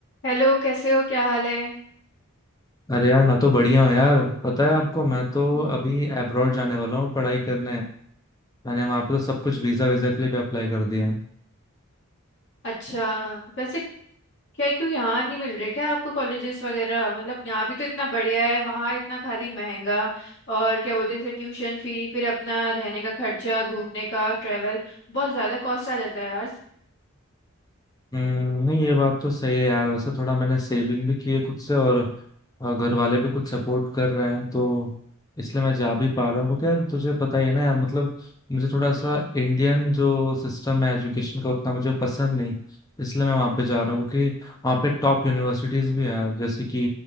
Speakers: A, on the left; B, on the left.
A: हेलो कैसे हो क्या हाल है
B: अरे यार मैं तो बढ़िया हूँ यार पता है आपको मैं तो
A: हम्म
B: अभी अब्रॉड जाने वाला हूँ पढ़ाई करने मैंने वहां पे तो सब कुछ वीजा वीजा के लिए भी अप्लाई कर दिया है
A: अच्छा वैसे क्या क्यों यहाँ नहीं मिल रहे क्या आपको कॉलेजेस वगैरह मतलब यहाँ भी तो इतना बढ़िया है वहाँ इतना खाली महंगा और क्या बोलते हैं जैसे ट्यूशन फी फिर अपना रहने का खर्चा घूमने का ट्रेवल बहुत ज़्यादा कॉस्ट आ जाता है यार
B: हम्म, नहीं ये बात तो सही है यार वैसे थोड़ा मैंने सेविंग भी की है खुद से और अ, घर वाले भी कुछ सपोर्ट कर रहे हैं तो इसलिए मैं जा भी पा रहा हूँ क्योंकि यार तुझे पता ही है ना यार मतलब मुझे थोड़ा सा
A: हम्म
B: इंडियन जो सिस्टम है एजुकेशन का उतना मुझे पसंद नहीं इसलिए मैं वहाँ पे जा रहा हूँ क्योंकि वहाँ पे टॉप यूनिवर्सिटीज भी हैं जैसे कि